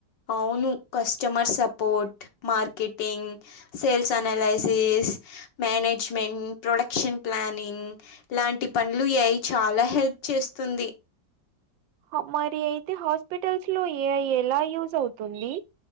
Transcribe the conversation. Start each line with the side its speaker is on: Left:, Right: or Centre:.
Left: అవును customer support marketing sales analysis management production planning ఇలాంటి పనులు ఏఐ చాలా హెల్ప్ చేస్తుంది
Right: హ మరి అయితే హాస్పిటల్స్ లో ఏఐ ఎలా యూజ్ అవుతుంది